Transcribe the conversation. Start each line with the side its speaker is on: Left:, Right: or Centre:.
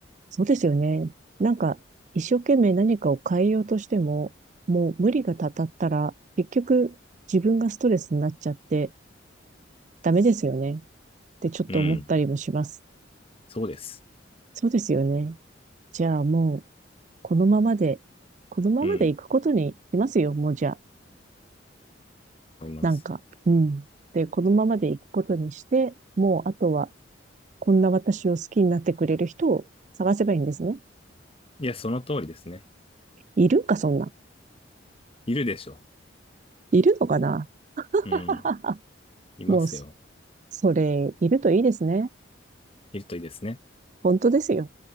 Right: そうですよね。なんか、一生懸命何かを変えようとしても、もう無理がたたったら、結局自分がストレスになっちゃってダメですよね。ってちょっと思ったりもします。
Left: うん、そうです。
Right: そうですよね。じゃあもう、このままで、このままで行くことにしますよ、
Left: うん、
Right: もうじゃあ。
Left: 思います。
Right: なんか、うん。で、このままで行くことにして、もうあとはこんな私を好きになってくれる人を探せばいいんですね。
Left: いや、その通りですね。
Right: いるか、そんな。
Left: いるでしょ。
Right: いるのかな
Left: うん、
Right: <laughs>
Left: いますよ。
Right: もう、それ、いるといいですね。
Left: いるといいですね。
Right: 本当ですよ。